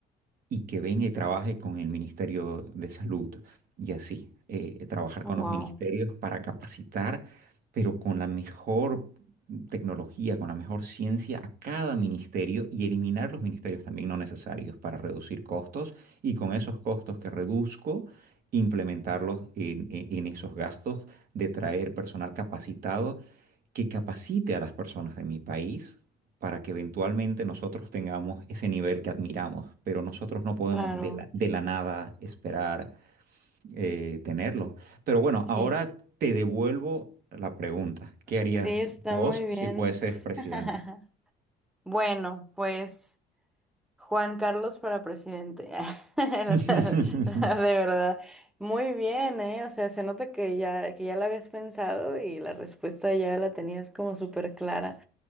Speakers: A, on the right; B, in the centre.
A: y que venga y trabaje con el Ministerio de Salud y así, eh, trabajar
B: Wow,
A: con los ministerios para capacitar, pero con la mejor tecnología, con la mejor ciencia a cada ministerio y eliminar los ministerios también no necesarios para reducir costos y con esos costos que reduzco, implementarlos en en- en esos gastos de traer personal capacitado que capacite a las personas de mi país para que eventualmente nosotros tengamos ese nivel que admiramos, pero nosotros no podemos
B: claro.
A: de la, de la nada esperar eh, tenerlo. Pero bueno,
B: Sí,
A: ahora te devuelvo la pregunta. ¿Qué harías
B: sí, está
A: vos
B: muy bien.
A: si fueses presidente?
B: <laughs> Bueno, pues. Juan Carlos para presidente. <laughs> De
A: <laughs>
B: verdad. Muy bien, ¿eh? O sea, se nota que ya, que ya la habías pensado y la respuesta ya la tenías como súper clara.